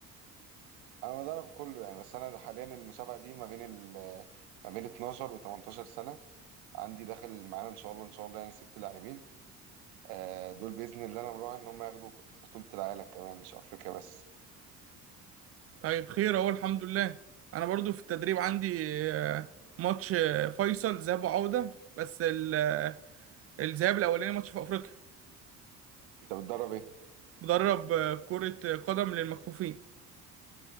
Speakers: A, on the right (about 65°); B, on the right (about 35°).
A: انا مدرب كله يعني بس انا حاليا المسابقة دي ما بين ال... ما بين 12 و 18 سنة عندي داخل معانا ان شاء الله ان شاء الله يعني ست لاعبين آه، دول بإذن الله انا مراهن ان هم ياخدوا بطولة العالم كمان مش افريقيا بس
B: طيب خير اهو الحمد لله انا برضو في التدريب عندي آه، ماتش آه، فيصل ذهاب وعودة بس ال- الذهاب الاولاني ماتش في افريقيا
A: انت بتدرب ايه؟
B: بدرب آه، كرة آه، قدم للمكفوفين